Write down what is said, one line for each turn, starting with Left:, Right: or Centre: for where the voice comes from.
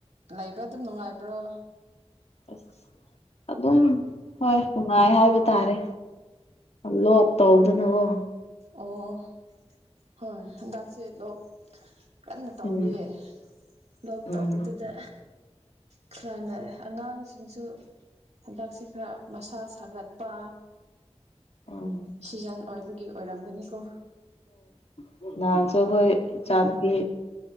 Right: ꯂꯩꯕ ꯑꯗꯨꯝ ꯅꯨꯡꯉꯥꯏꯕ꯭ꯔꯣ
Left: ꯑꯁ ꯑꯗꯨꯝ ꯍꯣꯏ ꯅꯨꯡꯉꯥꯏ ꯍꯥꯏꯕ ꯇꯥꯔꯦ ꯂꯣꯛ ꯇꯧꯗꯅꯀꯣ
Right: ꯑꯣ ꯍꯣꯏ ꯍꯟꯗꯛ ꯁꯦ ꯂꯣꯛ ꯀꯟꯅ ꯇꯧꯔꯤꯌꯦ
Left: ꯎꯝ
Right: ꯂꯣꯛ ꯇꯧꯕꯗꯨꯗ
Left: ꯎꯝ
Right: ꯈꯔꯅꯔꯦ ꯑꯉꯥꯡꯁꯤꯡꯁꯨ ꯍꯟꯗꯛꯁꯦ ꯈꯔ ꯃꯁꯥ ꯁꯥꯒꯠꯄ
Left: ꯑꯣ
Right: ꯁꯤꯖꯟ ꯑꯣꯏꯕꯒꯤ ꯑꯣꯏꯔꯝꯒꯅꯤꯀꯣ
Left: <unintelligible> ꯏꯆꯥꯅꯨꯄꯤ